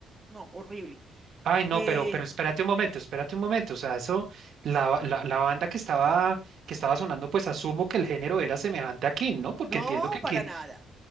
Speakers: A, on the right; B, on the right.
A: No, horrible.
B: Ay, no,
A: Eh,
B: pero, pero espérate un momento, espérate un momento. O sea, eso, la, ba- la, la banda que estaba, que estaba sonando, pues asumo que el género era semejante a King, ¿no? Porque
A: no,
B: entiendo que
A: para
B: King.
A: nada.